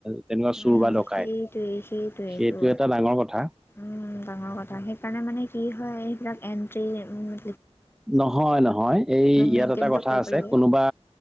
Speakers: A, in the centre; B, on the left.
A: তেনেকুৱা
B: উম,
A: চোৰ বা ডকাইত
B: সেইটোৱেই সেইটোৱেইটো
A: সেইটো এটা ডাঙৰ কথা।
B: উম, ডাঙৰ কথা সেইকাৰণে মানে কি হয়, এইবিলাক এন্ট্ৰি উম,
A: নহয়, নহয় এই ইয়াত
B: মেইনটেইনটো
A: এটা কথা
B: কৰিব
A: আছে।
B: লাগে
A: কোনোবা